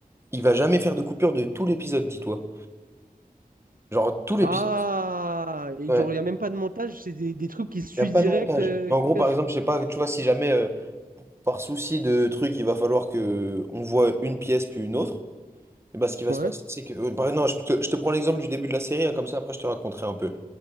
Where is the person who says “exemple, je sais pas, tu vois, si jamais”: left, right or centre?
Right